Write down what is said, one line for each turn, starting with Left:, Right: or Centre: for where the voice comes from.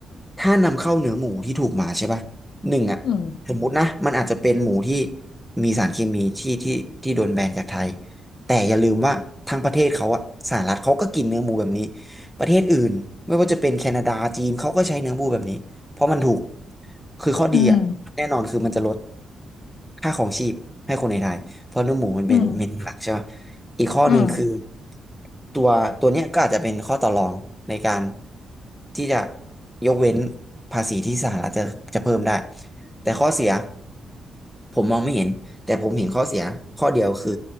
Centre: ถ้านำเข้าเนื้อหมูที่ถูกมาใช่ป่ะหนึ่งอ่ะ
Left: อืม
Centre: สมมุตินะมันอาจจะเป็นหมูที่มีสารเคมีที่ที่ที่โดนแบนจากไทยแต่อย่าลืมว่าทางประเทศเขาอ่ะสหรัฐเขาก็กินเนื้อหมูแบบนี้ประเทศอื่นไม่ว่าจะเป็นแคนาดาจีนเขาก็ใช้เนื้อหมูแบบนี้เพราะมันถูกคือข้อดีอ่ะแน่นอนคือมันจะลด
Left: อืม
Centre: ค่าของชีพให้คนในไทยเพราะเนื้อหมูมันเป็นเมนูหลักใช่ปะ
Left: อืม
Centre: อีกข้อหนึ่งคือ
Left: อืม
Centre: ตัวตัวเนี้ยก็อาจจะเป็นข้อต่อรองในการที่จะยกเว้นภาษีที่สหรัฐจะจะเพิ่มได้แต่ข้อเสียผมมองไม่เห็นแต่ผมเห็นข้อเสียข้อเดียวคือ